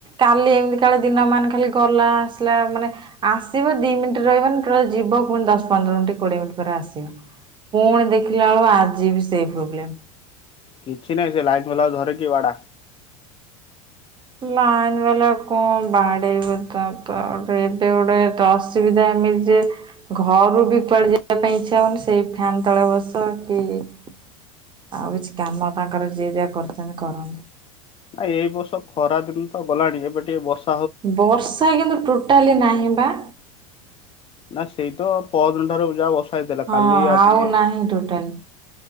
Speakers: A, on the right; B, on the left.
A: କାଲି ଏମିତି କାଳେ ଦିନ ମାନେ ଖାଲି ଗଲା- - ଆ ମାନେ ଆସିବ ଦି ମିନିଟ ରହିବ ଟୋଟାଲ ଯିବ ପୁଣି ଦଶ ପନ୍ଦର ମିନିଟ କୋଡିଏ ମିନିଟ୍ ପରେ ଆସିବ। ପୁଣି ଦେଖିଲା ବେଳ ଆଜି ବି ସେଇ ପ୍ରୋବ୍ଲେମ୍।
B: କିଛି ନାହିଁ ସେ ଲାଇନ୍ ଭ୍ଲା ଧରେ କି ବାଡା।
A: ନାଇନ ବେଲା କଣ ବାହାଡେଇବ ତ ତ ଗେ ଏବେ ଗୋଟେ ଅସୁବିଧା ଏମିତି ଯେ- - ଘରୁ ବି କୁଆଡେ ଯିବା ପାଇଁ ଇଚ୍ଛା ହଉନି ସେଇ ଫ୍ୟାନ ତଳେ ବସ କି- - ଆଉ କିଛି କାମ ତାଙ୍କର ଯିଏ ଯାହା କରିଚନ୍ତି କରନ୍ତୁ।
B: ଏଇ ବର୍ଷ ଖରା ଦିନ ତ ଗଲାଣି ଏବେ ଟିକେ ବର୍ଷ
A: ବର୍ଷା କିନ୍ତୁ ଟୋଟାଲି ନାହିଁ ବା।
B: ନା ସେଇ ତ ପଦିନ ଠାରୁ ଯାହା ବସା ହେଇଥିଲା
A: ହଁ
B: କାଲି ଆଜି
A: ଆଉ ନାହିଁ ଟୋଟାଲି